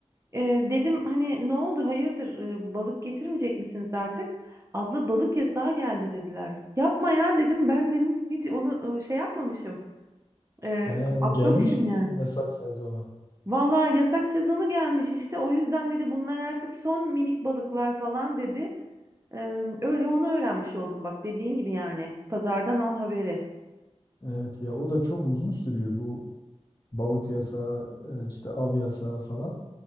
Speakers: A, on the right (about 25°); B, on the left (about 35°).
A: Ee, dedim hani ne oldu hayırdır e, balık getirmeyecek misiniz artık? Abla balık yasağı geldi dediler. Yapma ya dedim ben dedim hiç onu e, şey yapmamışım. Ee,
B: He,
A: atlamışım
B: gelmiş mi
A: yani.
B: yasak sezonu?
A: Valla yasak sezonu gelmiş işte o yüzden dedi bunlar artık son minik balıklar falan dedi. Ee, öyle onu öğrenmiş oldum bak dediğin gibi yani. Pazardan al haberi.
B: Evet ya o da çok uzun sürüyor bu balık yasağı e, işte av yasağı falan.